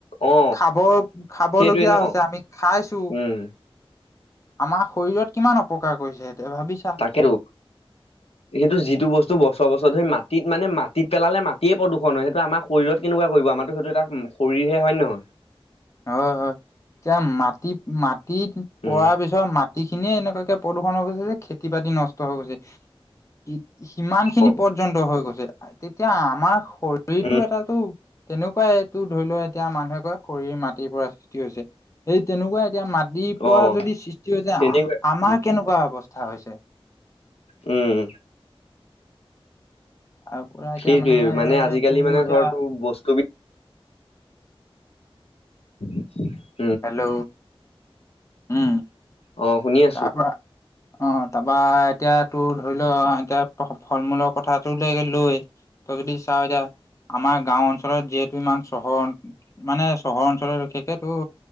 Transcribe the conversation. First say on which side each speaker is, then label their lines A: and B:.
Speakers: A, on the left (about 80°); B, on the left (about 30°).
A: অ
B: খাব খাবলগীয়া
A: সেইটোৱে ন
B: হৈছে আমি খা খাইছো।
A: উম।
B: আমাৰ শৰীৰত কিমান অপকাৰ কৰিছে সেইটোৱে ভাবি চা।
A: তাকেতো। সেইটো যিটো বস্তু বছৰ বছৰ ধৰি মাটিত মানে মাটিত পেলালে মাটিয়ে প্ৰদূষণ হয় সেইটো আমা শৰীৰত কেনেকুৱা কৰিব আমাৰটো সেইটো এটা উম শৰীৰহে হয়ন নহয়?
B: হয়, হয়, তিয়া মাটিপ মাটিত
A: উম
B: পৰাৰ পিছ ধৰা মাটি খিনিয়ে এনেকুৱাকে প্ৰদূষণ হৈ গৈছে যে খেতি-বাতি নষ্ট হৈ গৈছে। ই সিমান খিনি
A: অ
B: পৰ্যন্ত হৈ গৈছে। আ তেতিয়া আমাৰ শৰীৰটো
A: উম
B: এটাটো তেনেকুৱাই তোৰ ধৰি ল এতিয়া মানুহে কয় শৰীৰ মাত টিৰ পৰা সৃষ্টি হৈছে, সেই তেনেকুৱা এতিয়া মা দিৰ
A: অ
B: পৰা যদি সৃষ্টি হৈছে
A: তেনেকুৱাই
B: আ
A: কথাটো।
B: আমাৰ কেনেকুৱা অৱস্থা হৈছে?
A: উম।
B: আৰু পুৰা এতিয়া
A: সেইটোৱে
B: মানে
A: আজিকালি
B: তোৰ
A: মানে
B: এতিয়া
A: ধৰ তোৰ বস্তু বি <unintelligible>
B: হেল্ল'? উম
A: অ, শুনি আ
B: তাৰ পৰা অ, তাপা এতিয়া তোৰ ধৰি ল আ এতিয়া <unintelligible> ফল-মূলৰ কথাটোলেকে লৈ তই যদি চাওঁ এতিয়া, আমাৰ গাওঁ অঞ্চলত যিহেতু ইমান চহৰ মানে চহৰ অঞ্চলত বিশেষে তোৰ